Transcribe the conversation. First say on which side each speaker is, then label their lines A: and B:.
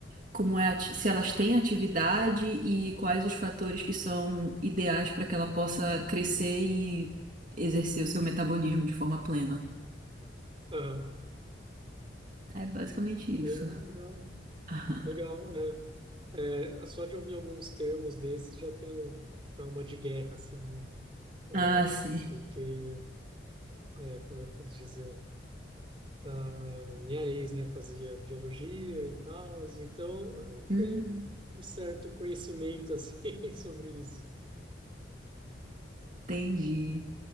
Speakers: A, on the right (about 45°); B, on the right (about 30°).
A: como é, a ati- se elas têm atividade e quais os fatores que são ideais para que ela possa crescer e exercer o seu metabolismo de forma plena.
B: aham.
A: É basicamente
B: Legal,
A: isso.
B: legal,
A: <laughs>
B: legal. É, é, só de ouvir alguns termos desses já tenho alma de guerra, assim, né? É,
A: Ah, sim.
B: porque, é, como é que eu posso dizer? Ah, minha ex, né, fazia biologia e tal, então eu
A: Hum,
B: tenho um certo conhecimento, assim, <laughs> sobre isso.
A: entendi.